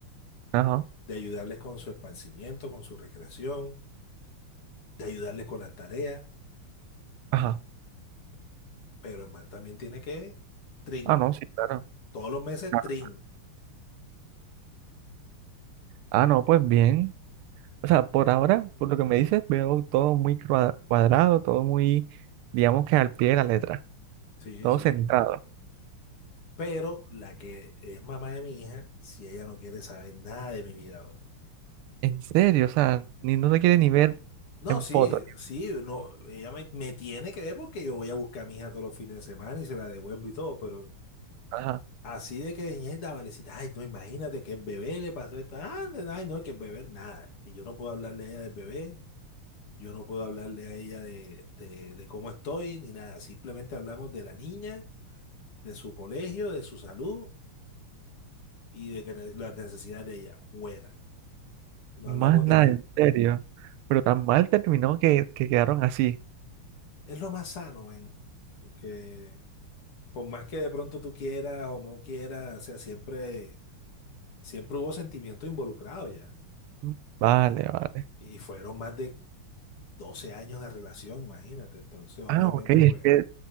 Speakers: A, on the right; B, on the left.
A: ajá,
B: de ayudarles con su esparcimiento, con su recreación, de ayudarles con las tareas,
A: ajá.
B: pero el man también tiene que, trin,
A: Ah, no, sí, claro.
B: todos los meses,
A: claro.
B: trin.
A: Ah, no, pues bien. O sea, por ahora, por lo que me dices, veo todo muy cua- cuadrado, todo muy, digamos que al pie de la letra,
B: Sí,
A: todo
B: sí,
A: centrado.
B: Pero la que es mamá de mi hija, si ella no quiere saber nada de mi vida ahora.
A: En serio, o sea, ni no te quiere ni ver
B: No,
A: en
B: sí,
A: fotos.
B: sí, no, ella me, me tiene que ver porque yo voy a buscar a mi hija todos los fines de semana y se la devuelvo y todo, pero
A: Ajá,
B: así de que ñeta, valecita, ay, no, imagínate que el bebé le pasó esto, ah, de- ay, no, que el bebé nada. Y yo no puedo hablarle a ella del bebé, yo no puedo hablarle a ella de, de, de cómo estoy, ni nada, simplemente hablamos de la niña, de su colegio, de su salud y de que ne- las necesidades de ella, fuera, no
A: y
B: hablamos
A: más nada,
B: de nada.
A: en serio. Pero tan mal terminó que, que quedaron así.
B: Es lo más sano, ven, Porque por más que de pronto tú quieras o no quieras, o sea, siempre, siempre hubo sentimiento involucrado ya.
A: Mm, Vale, vale.
B: Y fueron más de 12 años de relación, imagínate. Entonces, obviamente,
A: Ah, ok, es
B: pues,
A: que